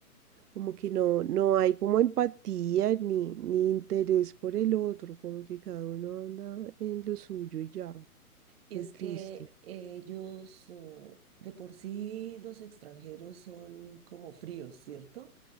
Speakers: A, on the right; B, on the right.
A: Como que no, no hay como empatía ni, ni interés por el otro, como que cada uno anda en lo suyo y ya,
B: Y
A: muy
B: es
A: triste.
B: que ellos, eh, de por sí, los extranjeros son como fríos, ¿cierto?